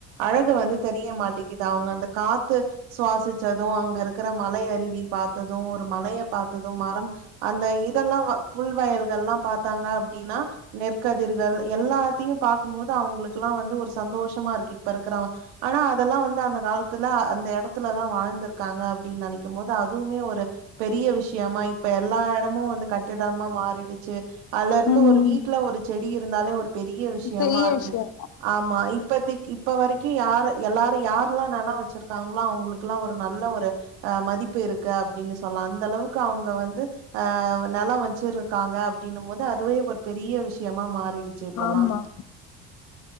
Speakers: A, on the right; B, on the left.
A: அழகு வந்து தெரிய மாட்டேக்கிது அவுங்க அந்த காத்து சுவாசிச்சது அங்கருக்குற மலை அருவி பாத்தது ஒரு மலைய பாத்தது மரம் அந்த இதெல்லா வ புல்வயல்கள்லா பாத்தாங்க அப்டின்னா நெற்கதிர்கள் எல்லாத்தையும் போது அவுங்களுக்குலா வந்து ஒரு சந்தோஷமா இருக்கு இப்ப இருக்குறவுங்க ஆனா அதெல்லா வந்து அந்த காலத்துல அந்த எடத்துலதா வாழ்ந்துருக்காங்க அப்டின் நெனைக்கும் போது அதுவுமே ஒரு பெரிய விஷயமா இ இப்ப எல்லா எடமு வந்து கட்டிடமா மாறிடுச்சு அல்லருந்து
B: ம்
A: ஒரு வீட்ல ஒரு செடி இ ருந்தாலே ஒரு பெரிய யமா
B: பெரிய
A: இருக்கு
B: விஷயோ
A: ஆமா இப்பத்திக் இப்ப வரைக்கு யாரு எல்லாரு யார்லா நெல வச்சுருக்காங் ளோ அவுங்களுக்லா ஒரு நல்ல ஒரு அ மதிப்பு இருக்கு அப்டின் சொல்லலா அந்த அளவுக்கு அவுங்க வந்து அ நெலொ வச்சிருக்காங்க அப்டின்னும் போது அதுவே ஒரு பெரிய விஷ்யமா மாறிடுச்சு இப்பல்லா
B: ஆமா